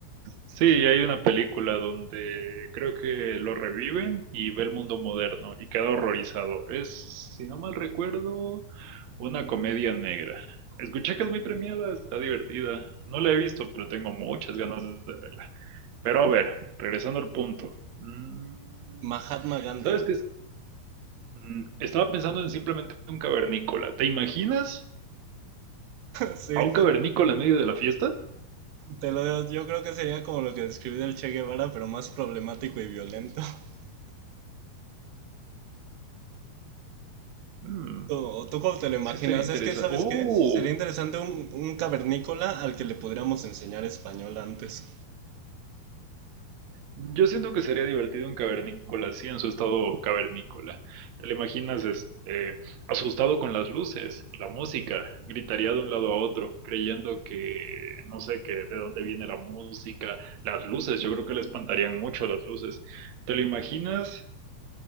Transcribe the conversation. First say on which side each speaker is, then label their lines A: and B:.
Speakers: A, on the right; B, on the right.
A: Sí, hay una película donde creo que lo reviven y ve el mundo moderno y queda horrorizado. Es, si no mal recuerdo, una comedia negra. Escuché que es muy premiada, está divertida. No la he visto, pero tengo muchas ganas de ver. Pero a ver, regresando al punto. Mm,
B: Mahatma Gandhi.
A: ¿Sabes qué? es? Mm, Estaba pensando en simplemente un cavernícola. ¿Te imaginas
B: <laughs> Sí.
A: a un cavernícola en medio de la fiesta?
B: Te lo digo, yo creo que sería como lo que describí del Che Guevara, pero más problemático y violento. <laughs>
A: Mm,
B: ¿Tú, o tú cómo te lo imaginas?
A: sí estaría interesante.
B: Es que, ¿sabes
A: ¡Oh!
B: qué? Sería interesante un, un cavernícola al que le podríamos enseñar español antes.
A: Yo siento que sería divertido un cavernícola así en su estado cavernícola. ¿Te lo imaginas este, asustado con las luces, la música? Gritaría de un lado a otro, creyendo que no sé qué, de dónde viene la música, las luces. Yo creo que le espantarían mucho las luces. ¿Te lo imaginas?